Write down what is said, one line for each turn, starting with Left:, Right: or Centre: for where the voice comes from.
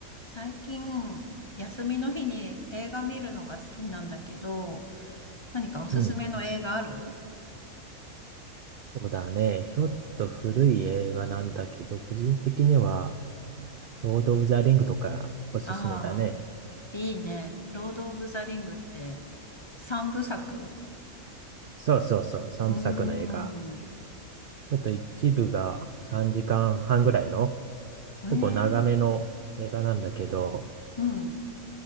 Left: 最近、休みの日に映画見るのが好きなんだけど、何かおすすめの映画ある
Right: うん。そうだね。ちょっと古い映画なんだけど、個人的には、ロード・オブ・ザ・リングとかおすすめだね。
Left: ああー、いいね。ロード・オブ・ザ・リングって三部作
Right: そうそうそう、三部作の映画。
Left: うーん。
Right: ちょっと一部が3時間半ぐらいの、
Left: ええ
Right: 結構長めの映画なんだけど、
Left: うん、